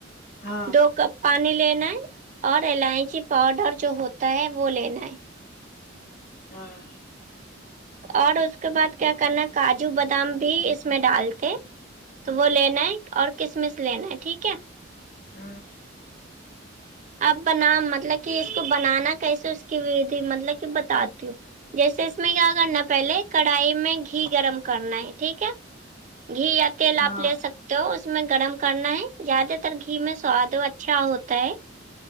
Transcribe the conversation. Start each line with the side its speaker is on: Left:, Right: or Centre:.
Left: ہاں
Right: دو کپ پانی لینا ہے اور الائچی پاؤڈر جو ہوتا ہے وہ لینا ہے
Left: ہاں
Right: اور اس کے بعد کیا کرنا کاجو بادام بھی اس میں ڈالتے تو وہ لینا ہے اور کسمس لینا ہے ٹھیک ہے
Left: ہاں
Right: اب بنا مطلب کہ اس کو بنانا کیسے اس کی ودھی مطلب کہ بتاتی ہوں جیسے اس میں کیا کرنا پہلے کڑھائی میں گھی گرم کرنا ہے ٹھیک ہے گھی یا تیل
Left: ہاں
Right: آپ لے سک تے ہو اس میں گرم کرنا ہے زیادہ تر گھی میں سواد اچھا ہوتا ہے